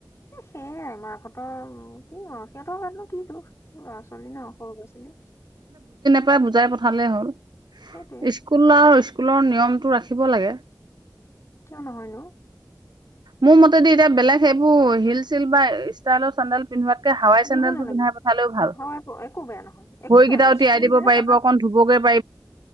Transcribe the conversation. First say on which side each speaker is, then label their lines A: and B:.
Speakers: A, on the left; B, on the right.
A: এ সেইয়াই মাক হঁতৰ। কিনো সিহঁৰ গাতনো কি দুখ। ল'ৰা ছোৱালী ন' সৰু ল'ৰা ছোৱালী।
B: প বুজাই পঠালেই হ'ল।
A: সেইটোৱে
B: স্কুল আৰু স্কু। স্কুলৰ নিয়মটো ৰাখিব লাগে।
A: কিয় নহয়নো।
B: মোৰ মতেদি এতিয়া বেলেগ সেইবোৰ হিল -চিল বা ষ্টাইলৰ চেণ্ডেল পিন্ধোৱাত। হাৱাই চেণ্ডেলজোৰ
A: দিব নালাগে
B: পিন্ধাই পঠালেও ভাল
A: অ হয় একো একো বেয়া নহয় একো
B: ভৰিকেইটাও
A: বেয়া নহয়
B: তিয়াই
A: স্কুল
B: দিব
A: হে
B: পাৰিব
A: তাহাঁত
B: অকণ ধুবগে। <inaudible>